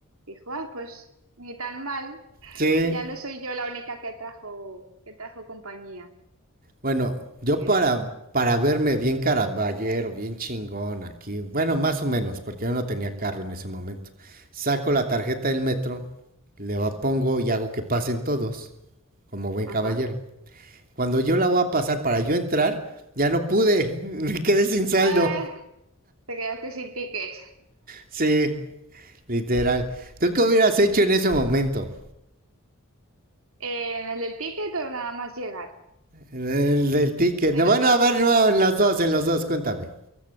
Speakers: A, on the right; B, on the right.
A: dijo, ah, pues ni tan mal,
B: sí,
A: ya no soy yo la única que trajo, que trajo compañía.
B: Bueno, yo
A: Pero,
B: para, para verme bien caraballero, bien chingón aquí, bueno, más o menos, porque yo no tenía carro en ese momento, saco la tarjeta del metro, le va- pongo y hago que pasen todos, como buen
A: ajá.
B: caballero. Cuando yo la voy a pasar para yo entrar, ya no pude, <laughs> me quedé sin saldo.
A: Ah, te quedaste sin ticket.
B: Sí, literal. ¿Tú qué hubieras hecho en ese momento?
A: Eh, <laughs> ¿En el del ticket o nada más llegar?
B: El del ticket.
A: En
B: No,
A: los
B: Bueno,
A: dos.
B: a ver,
A: <laughs>
B: no, en los dos, en los dos, cuéntame.